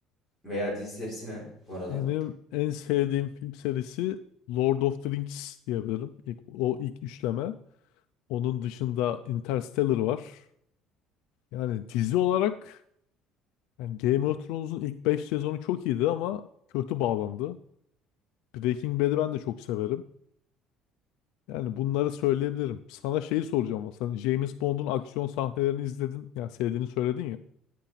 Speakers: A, in the centre; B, on the left.
A: veya dizi serisi ne bu arada?
B: benim en sevdiğim film serisi Lord of the Rings diyebilirim. İlk, o ilk üçleme. Onun dışında Interstellar var. Yani dizi olarak yani Game of Thrones'un ilk 5 sezonu çok iyiydi ama kötü bağlandı. Breaking Bad'i ben de çok severim. Yani bunları söyleyebilirim. Sana şeyi soracağım. ama Sen James Bond'un aksiyon sahnelerini izledin. Yani sevdiğini söyledin ya.